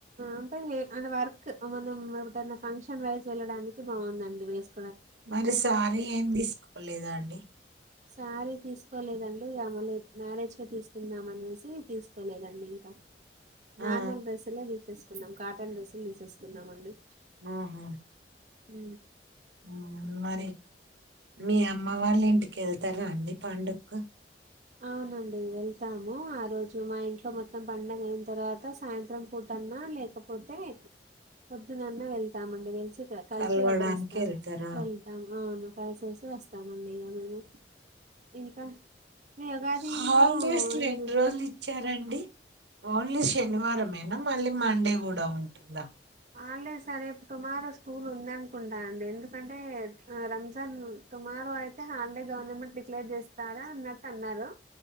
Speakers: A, on the right (about 40°); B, on the right (about 75°).
A: అంటే అంటే వర్క్ మనం ఒకనా ఫంక్షన్ వైజ్ వెళ్ళడానికి బాగుందండి వేస్ట్
B: మరిసారి ఏం తీసుకోలేదాండి
A: సారీ తీసుకోలేదండి మళ మ్యారేజ్ క తీసుకుందాం అనేసి తీసుకోలేదండి ఇంకా నార్మల్
B: ఆ
A: డ్రెస్ ఎ తీసుకున్నాం కాటన్ డ్రెస్సులు తీసేసుకున్నాంమండి
B: ఆ హా
A: ఉ
B: ఆ మరి మీ అమ్మ వాళ్ళ ఇంటికెళ్తారా అండి పండుగ
A: అవునండి వెళ్తాము ఆ రోజు మా ఇంట్లో మొత్తం పండగ అయిన తర్వాత సాయంత్రం పూటన్నా లేకపోతే పొద్దునన్నా వెళ్తామండి వెలిసి కలిసి
B: కలవడానికి
A: వచ్చేస్తాం
B: వెళ్తారా
A: వెళ్తాం అవును కా చూసి వస్తామండి ఇలా మేము ఇంకా మీ ఉగాదిలో
B: హా వయస్తలేన్్ర
A: ఇంక్
B: అల్ సరండి ఓన్లీ శనివారంమేనా మళ్ళీ మండే కూడా ఉంటుందా
A: హాల్డే సరేపు టుమారో స్కూల్ ఉంద అనుకుంటానండి ఎందుకంటే రంజాన్ టుమారో అయితే హాల్డే గవర్నమెంట్ డిక్లేర్ చేస్తారా అన్నట్టు అన్నారు